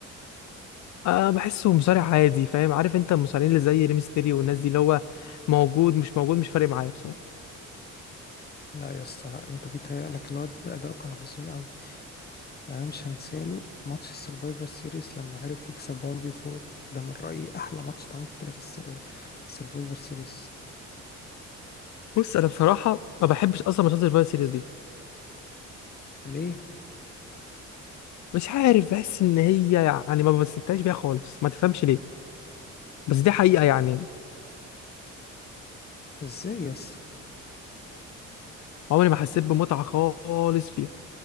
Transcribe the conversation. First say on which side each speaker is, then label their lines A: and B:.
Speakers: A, on the left; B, on the left.
A: أه بحسه مصارع عادي فاهم عارف انت المصارعين اللي زي ريمستيريو والناس دي اللي هو موجود مش موجود مش فارق معايا بصراحه
B: لا يا اسطى لا انت بيتهيألك الواد ده أداؤه كان عظيم أوي يعني أنا مش هنساله ماتش السرفايفر سيريس لما عرف يكسب 1 في 4 ده من رأيي أحلى ماتش اتعمل في تاريخ السر- السرفايفر سيريس
A: بص انا بصراحه ما بحبش اصلا ماتشات الفايت سيريز دي
B: ليه؟
A: مش عارف بحس ان هي يعني ما بستمتعش بيها خالص ما تفهمش ليه بس دي حقيقه يعني
B: ازاي يا اسطى؟
A: عمري ما حسيت بمتعه خالص فيها